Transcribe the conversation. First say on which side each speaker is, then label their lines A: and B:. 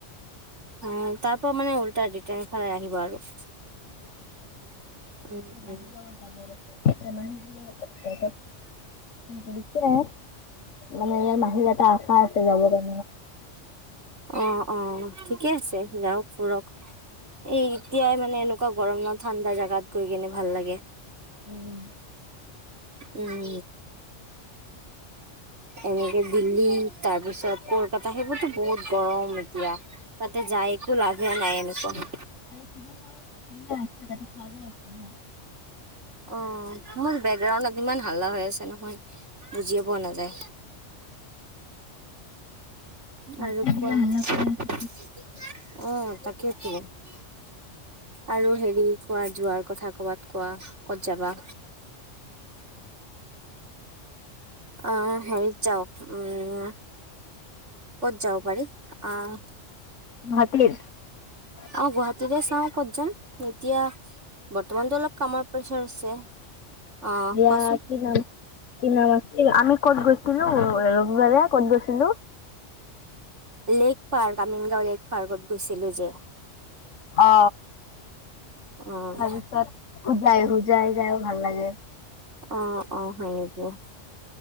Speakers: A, on the right (about 70°); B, on the left (about 80°).
A: অ তাৰ পৰা মানে উলতাই দুইটা সেফালে আহিব আৰু উম,
B: মাহীৰ
A: উম,
B: লগত যাব এ মানে কি কৰিছে মানে ইয়াত মাহীৰ এটা আশা আছে যাব কাৰ
A: অ', অ', অ'। ঠিকে আছে যাওক ফুৰক এই এতিয়াই মানে এনেকুৱা গৰম ন ঠাণ্ডা জেগাত গৈ কেনে ভাল লাগে।
B: উম।
A: উম। এনেকে দিল্লী তাৰ পিছত কলকাতা সেইবোৰতো বহুত গৰম এতিয়া তাতে যায় একো লাগ বা নাই এনেকুৱা
B: <unintelligible>
A: অ', মোৰ বেকগ্ৰাউড ইমান হাল্লা হৈ আছে নহয়। বুজিয়ে পোৱা নাযায়।
B: মাথা
A: আৰু
B: গিলা
A: কোৱা,
B: হাল্লা কৰি আছে
A: অ', তাক <unintelligible> আৰু হেৰি কোৱা যোৱাৰ কথা কৰ'বাত কোৱা, ক'ত যাবা? অ', হেৰিত যাওঁ উম। ক'ত যাব পাৰি? আহ
B: <unintelligible>
A: অ', গুৱাহাটীৰে চাওঁ ক'ত যাম, এতিয়া বৰ্তমানতো অলপ কামৰ প্ৰেচাৰ আছে। অ
B: বিয়া
A: কোৱাচোন?
B: কি নাম কি নাম আছিল আমি ক'ত গৈছিলো ৰবিবাৰে ক'ত গৈছিলো
A: লেকপাৰ্ক আমিনগাঁও লেকপাৰ্কত গৈছিলো যে
B: অ
A: অ',
B: তাৰপিছত হোজাই হোজাই যাইও ভাল লাগে
A: অ', অ', <unintelligible>